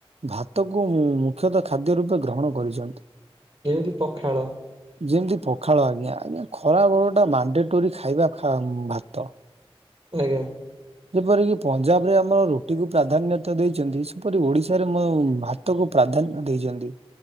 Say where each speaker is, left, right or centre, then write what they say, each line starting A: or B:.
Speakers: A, on the right (about 85°); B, on the right (about 35°).
A: ଭାତ କ ମୁଖ୍ୟତ ଖାଦ୍ୟ ରୂପେ ଗ୍ରହଣ କରିଚନ୍ତି।
B: ଯେମିତି ପଖାଳ।
A: ଯେମତି ପଖାଳ ଆଜ୍ଞା ଆଜ୍ଞା ଖରା ବଳ ଟା ମାଣ୍ଡେ ଟୋରି ଖାଇବା ଖା ଭାତ।
B: ଆଜ୍ଞା।
A: ଯେପରିକି ପଞ୍ଜାବ ରେ ଆମର ରୁଟିକୁୁ ପ୍ରାଧାନ୍ୟତା ଦେଇଛନ୍ତି ସେପରି ଓଡିଶାରେ ଭା ତ କୁୁ ପ୍ରାଧାନ୍ୟ ଦେଇଛନ୍ତି